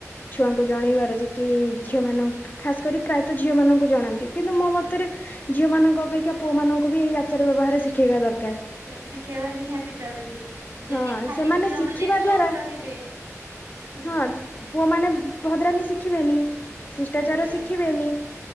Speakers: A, on the left (about 35°); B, on the right (about 70°).
A: ଛୁଆଙ୍କୁ ଜଣେଇବାର ଯେ କି ଝିଅ ମାନଙ୍କୁ ଖାସ କରି ପ୍ରାୟତଃ ଝିଅମାନଙ୍କୁ ଜଣାନ୍ତି। କିନ୍ତୁ ମୋ
B: ଆଜ୍ଞା
A: ମତରେ ଝିଅମାନଙ୍କ ଅପେକ୍ଷା ପୁଅ ମାନଙ୍କୁ ବି ଏଇ ଆଚାର ବ୍ୟବହାର ଶିଖେଇବା ଦରକାର।
B: ଶିଖେଇବା ନିହାତି ଜରୁରୀ ଯଦି
A: ହଁ
B: ଖାଲି
A: ସେମାନେ
B: ଝିଅମାନେ
A: ଶିଖିବା
B: ଚୁପ
A: ଦ୍ଵାରା
B: ରହିବେ, ହୁଁ
A: ହଁ ପୁଅ ମାନେ ଭଦ୍ରାମୀ ଶିଖିବେନି, ଶିଷ୍ଟାଚାର
B: ଆଜ୍ଞା
A: ଶିଖିବେନି,